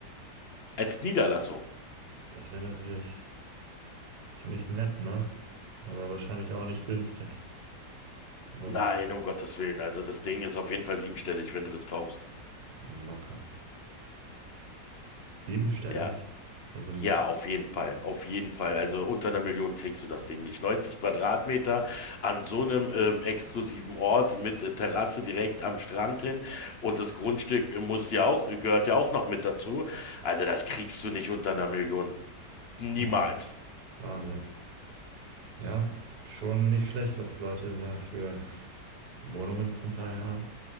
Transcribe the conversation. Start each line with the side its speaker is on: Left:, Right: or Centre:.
Left: als Niederlassung.
Right: Das wäre natürlich ziemlich nett, ne? Aber wahrscheinlich auch nicht günstig, aber
Left: Nein, um Gottes Willen, also das Ding ist auf jeden Fall siebenstellig, wenn du das kaufst.
Right: locker. Siebenstellig?
Left: Ja,
Right: Also,
Left: Ja, auf jeden Fall, auf jeden Fall. Also unter einer Million kriegst du das Ding nicht. 90 Quadratmeter an so einem ähm, exklusiven Ort mit äh, Terrasse direkt am Strand hin und das Grundstück muss ja auch, gehört ja auch noch mit dazu. Also das kriegst du nicht unter einer Million. Niemals.
Right: mhm. Wahnsinn. Ja, schon nicht schlecht, was Leute da für Wohnungen zum Teil haben.